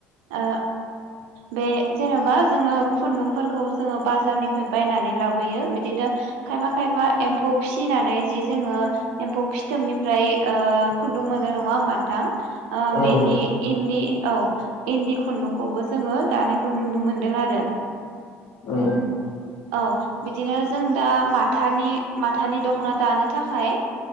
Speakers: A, on the right; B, on the left.
A: ओ
B: <inaudible>
A: बे जेनेबा जोङो खुन्दुंफोरखौ जोङो बाजारनिफ्राय बायनानै लाबोयो बिदिनो खायफा खायफा एम्फौ फिसिनानै जि जोङो एम्फौ फिथोबनिफ्राय ओ खुन्दुं मोनो नङा होमबा नोंथां
B: औ
A: बेनि
B: नंगौ
A: इन्दि औ इन्दि खुन्दुं खौबो जोङो दानायखौ नुनो मोनदों आरो
B: औ
A: औ बिदिनो जों दा माथानि माथानि दख'ना दानो थाखाय